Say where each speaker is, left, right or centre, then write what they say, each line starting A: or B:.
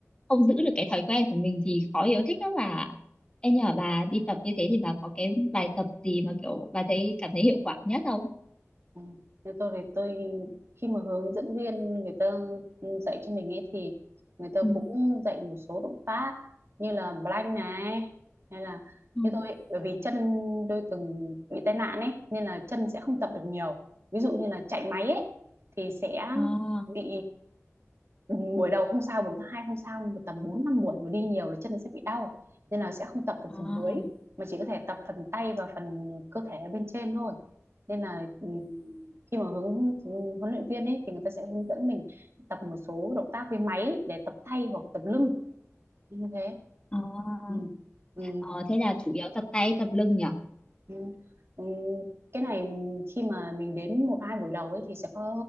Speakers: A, on the left; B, on the right.
A: không giữ được cái thói quen của mình thì khó yêu thích lắm bà em nhờ bà đi tập như thế thì bà có cái bài tập gì mà kiểu bà thấy cảm thấy hiệu quả nhất không
B: Ừ. Thế tôi thì tôi khi mà hướng dẫn viên người ta dạy cho mình ấy thì người ta
A: ừ.
B: cũng dạy một số động tác như là plank này hay là
A: Ừ.
B: như tôi ấy, bởi vì chân tôi từng bị tai nạn ấy nên là chân sẽ không tập được nhiều ví dụ như là chạy máy ấy thì sẽ
A: à,
B: bị Ừ, buổi đầu không sao buổi thứ hai không sao nhưng mà tầm 4 5 buổi mà đi nhiều là chân sẽ bị đau nên là sẽ không tập được
A: à,
B: phần dưới mà chỉ có thể tập phần tay và phần cơ thể bên trên thôi nên là ừ, khi mà hướng huấn luyện viên ấy thì người ta sẽ hướng dẫn mình tập một số động tác với máy để tập tay hoặc tập lưng như thế
A: à, à.
B: ừ. Ừ.
A: Ờ, thế là chủ yếu tập tay tập lưng nhỉ?
B: Ừ. Ừ. Cái này khi mà mình đến một hai buổi đầu ấy thì sẽ có